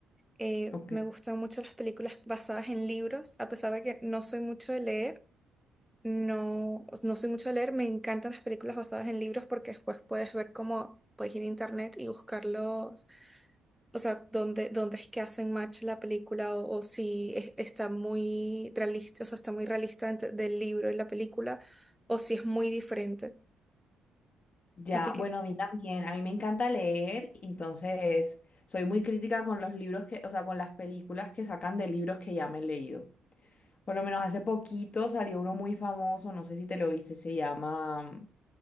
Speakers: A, in the centre; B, on the left.
A: Eh,
B: Ok.
A: me gustan mucho las películas basadas en libros, a pesar de que no soy mucho de leer. No, no soy mucho a leer, me encantan las películas basadas en libros porque después puedes ver cómo puedes ir a internet y buscarlos, o sea, dónde, dónde es que hacen match la película o, o si es- está muy realista, o sea, está muy realista entre- del libro y la película o si es muy diferente.
B: Ya,
A: ¿A ti qué?
B: bueno, a mí también. A mí me encanta leer, entonces soy muy crítica con los libros que, o sea, con las películas que sacan de libros que ya me he leído. Por lo menos hace poquito salió uno muy famoso, no sé si te lo viste, se llama,